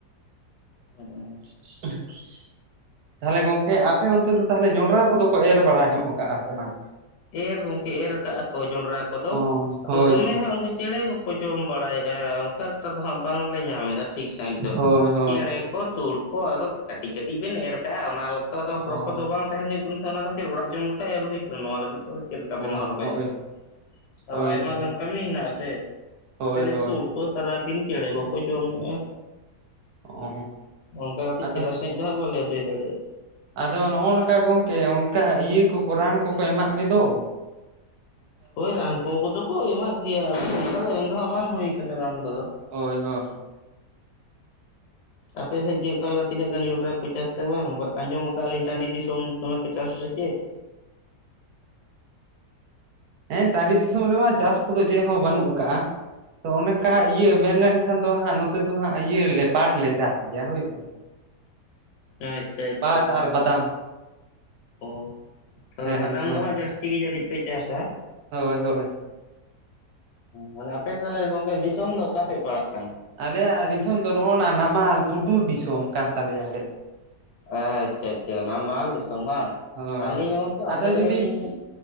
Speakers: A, on the left; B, on the right.
A: ᱦᱩᱸ᱾
B: <inaudible> ᱛᱟᱦᱚᱞᱮ ᱜᱚᱝᱠᱮ ᱟᱯᱮ ᱚᱱᱛᱮ ᱫᱚ ᱛᱟᱦᱚᱞᱮ ᱡᱚᱱᱰᱨᱟ ᱠᱚᱫᱚ ᱠᱚ ᱮᱨ ᱵᱟᱲᱟ ᱧᱚᱜ ᱠᱟᱜᱼᱟ ᱥᱮ ᱵᱟᱝ?
A: ᱮᱨ ᱜᱚᱝᱠᱮ ᱮᱨ ᱠᱟᱜᱼᱟ ᱠᱚ ᱡᱚᱸᱰᱨᱟ ᱠᱚᱫᱚ,
B: ᱚ
A: ᱟᱫᱚ
B: ᱦᱳᱭ
A: ᱫᱚᱢᱮ
B: ᱛᱚ
A: ᱦᱟᱸᱜ ᱩᱱᱠᱩ ᱪᱮᱬᱮ ᱠᱚ ᱠᱚ ᱡᱚᱢ ᱵᱟᱲᱟᱭᱮᱫᱼᱟ᱾ ᱚᱱᱠᱟ ᱮᱠᱴᱟ ᱫᱚ ᱦᱟᱸᱜ ᱵᱟᱝ ᱞᱮ ᱧᱟᱢ ᱮᱫᱟ ᱴᱷᱤᱠ ᱥᱟᱺᱦᱤᱡ ᱫᱚ᱾
B: ᱦᱳᱭ ᱦᱳᱭ
A: ᱪᱮᱸᱬᱮ ᱠᱚ ᱠᱚ, ᱛᱩᱲ ᱠᱚ, ᱟᱫᱚ ᱠᱟᱹᱴᱤᱡ ᱠᱟᱹᱴᱤᱡ ᱵᱮᱱ ᱮᱨ ᱠᱟᱜᱼᱟ᱾ ᱚᱱᱟ ᱫᱚ ᱦᱚᱨᱚᱦᱚ
B: ᱚ
A: ᱫᱚ ᱵᱟᱝ ᱛᱟᱦᱮᱱ ᱦᱩᱭᱩᱜ ᱠᱟᱱᱟ ᱥᱮ ᱚᱱᱟ ᱠᱷᱟᱹᱛᱤᱨ ᱚᱲᱟᱜ ᱡᱚᱢ ᱞᱮᱠᱟ ᱮᱨ ᱦᱩᱭ ᱟᱠᱟᱱᱟ᱾ ᱱᱚᱣᱟ ᱞᱟᱹᱜᱤᱫ ᱛᱚ ᱪᱮᱫ ᱞᱮᱠᱟ ᱵᱮᱱ
B: ᱚ
A: ᱦᱚᱨᱚ ᱠᱟᱭᱟ᱾
B: ᱦᱳᱭ
A: ᱟᱨᱚ
B: ᱦᱳᱭ
A: ᱟᱭᱢᱟ
B: ᱛᱚ
A: ᱜᱟᱱ ᱠᱟᱹᱢᱤ ᱦᱮᱱᱟᱜ ᱟᱥᱮ
B: ᱦᱳᱭ
A: ᱟᱠᱟᱨᱮ
B: ᱦᱳᱭ
A: ᱛᱩᱲ ᱠᱚ ᱥᱟᱨᱟ ᱫᱤᱱ ᱪᱮᱸᱬᱮ ᱠᱚᱠᱚ ᱡᱚᱢ ᱮᱫᱟ᱾
B: ᱚ
A: ᱚᱱᱠᱟ ᱠᱟᱛᱮ
B: ᱟᱫᱚ
A: ᱪᱮᱦᱨᱟ ᱥᱟᱺᱦᱤᱡ ᱫᱚ ᱦᱟᱸᱜ ᱵᱟᱞᱮ ᱟᱹᱫᱟᱹᱭ ᱫᱟᱲᱮᱭᱟᱜᱼᱟ᱾
B: ᱟᱫᱚ ᱱᱚᱜᱼᱚᱭ ᱱᱚᱝᱠᱟ ᱜᱚᱝᱠᱮ ᱚᱱᱠᱟ ᱤᱭᱟᱹ ᱠᱚᱠᱚ ᱨᱟᱱ ᱠᱚᱠᱚ ᱮᱢᱟᱜ ᱜᱮ ᱫᱚ᱾
A: ᱳᱭ ᱨᱟᱱ ᱠᱚ ᱠᱚᱫᱚ ᱠᱚ ᱮᱢᱟᱜ ᱜᱮᱭᱟ᱾ ᱟᱫᱚ ᱚᱱᱠᱟ ᱫᱚ ᱮᱢ ᱫᱚ ᱦᱟᱸᱜ ᱵᱟᱝ ᱦᱩᱭ ᱠᱟᱱᱟ ᱨᱟᱱ ᱠᱚᱫᱚ᱾
B: ᱦᱳᱭ ᱦᱳᱭ᱾
A: ᱟᱯᱮ ᱥᱮᱫ ᱜᱮ ᱚᱠᱟ ᱞᱮᱠᱟ ᱛᱤᱱᱟᱹᱜ ᱜᱟᱱ ᱡᱚᱱᱰᱨᱟ ᱠᱚ ᱪᱟᱥᱟ ᱟᱥᱮ ᱵᱟᱝ? ᱟᱸᱡᱚᱢ ᱟᱠᱟᱫᱼᱟ ᱟᱹᱞᱤᱧ ᱴᱟᱺᱰᱤ ᱫᱤᱥᱚᱢ ᱫᱚᱢᱮ ᱠᱚ ᱪᱟᱥ ᱟᱥᱮ ᱪᱮᱫ?
B: ᱦᱮᱸ ᱴᱟᱺᱰᱤ ᱫᱤᱥᱚᱢ ᱨᱮᱢᱟ ᱪᱟᱥ ᱠᱚᱫᱚ ᱪᱮᱫ ᱦᱚᱸ ᱵᱟᱹᱱᱩᱜ ᱟᱠᱟᱜᱼᱟ? ᱛᱚ ᱚᱠᱟ ᱤᱭᱟᱹ ᱢᱮᱱᱞᱱᱠᱷᱟᱱ ᱫᱚ ᱦᱟᱸᱜ ᱱᱚᱛᱮ ᱫᱚ ᱦᱟᱸᱜ ᱤᱭᱟᱹᱞᱮ ᱯᱟᱴ ᱞᱮ ᱪᱟᱥ ᱜᱮᱭᱟ ᱦᱳᱭᱥᱮ᱾ <inaudible>
A: ᱟᱪᱪᱷᱟ ᱟᱪᱪᱷᱟ᱾
B: ᱯᱟᱴ ᱵᱟᱫᱟᱢ,
A: ᱚ ᱛᱟᱦᱚᱞᱮ
B: ᱦᱮᱸ
A: ᱵᱟᱫᱟᱢ
B: ᱦᱳᱭ
A: ᱫᱚ ᱦᱟᱸᱜ ᱡᱟᱹᱥᱛᱤ ᱜᱮ ᱡᱟᱹᱱᱤᱡ ᱯᱮ ᱪᱟᱥᱟ?
B: ᱦᱳᱭ ᱦᱳᱭ᱾
A: ᱢᱟᱱᱮ ᱟᱯᱮᱥᱮᱫ ᱛᱟᱦᱞᱮ ᱜᱚᱝᱠᱮ ᱫᱤᱥᱚᱢ ᱫᱚ ᱚᱠᱟ ᱥᱮᱫ ᱯᱟᱲᱟᱜ ᱠᱟᱱᱟ?
B: ᱟᱞᱮᱭᱟᱜ ᱫᱤᱥᱚᱢ ᱫᱚ ᱱᱚᱜᱼᱚᱭ ᱱᱟ ᱱᱟᱢᱟᱞ ᱯᱩᱴᱩᱨ ᱫᱤᱥᱚᱢ ᱠᱟᱱ ᱛᱟᱞᱮᱭᱟ ᱟᱞᱮᱭᱟᱜ
A: ᱟᱪᱪᱷᱟ ᱟᱪᱪᱷᱟ, ᱱᱟᱢᱟᱞ ᱫᱤᱥᱚᱢ ᱵᱟᱝ?
B: ᱦᱳᱭ
A: ᱟᱹᱞᱤᱧ ᱦᱚᱸ ᱜᱚᱝᱠᱮ ᱚᱱᱛᱮ
B: ᱟᱫᱚ
A: ᱨᱮᱜᱮᱞᱤᱧ
B: ᱡᱩᱫᱤ